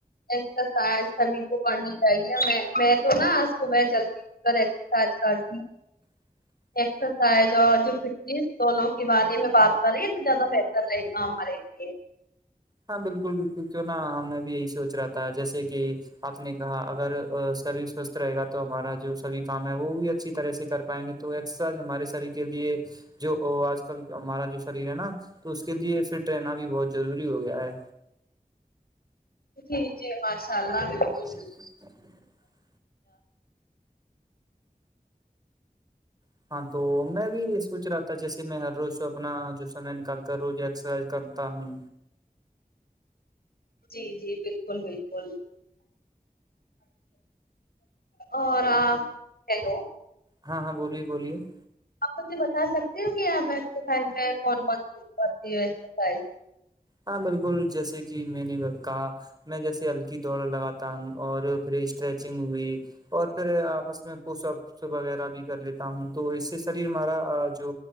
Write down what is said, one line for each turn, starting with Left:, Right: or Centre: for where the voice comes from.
Left: ایکسرسائز سبھی کو کرنی چاہیے میں میں تو نہا آج کو میں جلدی <unintelligible> کر تات کال
Right: <unintelligible>
Left: ایکسرسائز اور جو فٹنیس دونوں کے بارے میں بات کریں تو زیادہ بہتر رہے گا ہمارے لیے
Right: ہاں بالکل بالکل کیوں نہا ہمیں بھی یہی سوچ رہا تھا جیسے کہ آپ نے کہا اگر سرو سوستھ رہے گا تو ہمارا جو سبھی کام ہے وہ بھی اچھی طرح سے کر پائیں گے تو ایکسرسائ ہمارے شریر کے لیے جو آج کل ہمارا جو شریر ہے نا تو اس کے لیے فٹ رہنا بھی بہت ضروری ہو گیا ہے
Left: جی جی ماشاء اللہ بالکل <unintelligible>
Right: <inaudible> <unintelligible> ہاں تو میں بھی یہ سوچ رہا تھا جیسے میں ہر روز اپنا جو سمے نکال کر رو ایکسرسائز کر <unintelligible> ت ہوں
Left: جی جی بالکل بالکل اور آپ ہیلو <unintelligible>
Right: ہاں ہاں بولیے بولیے <unintelligible>
Left: آپ مجھے بتا سکتے ہو کہ ایکسرسائز میں کون کون چیز کرتی ہوں ایکسرسائز
Right: ہاں بالکل جیسے کہ میں نے کہا میں جیسے ہلکی دوڑ لگاتا ہوں اور پھر اسٹریچنگ ہوئی اور پھر آپس میں پوشپ وغیرہ بھی کر لیتا ہوں تو اس سے شریر ہمارا جو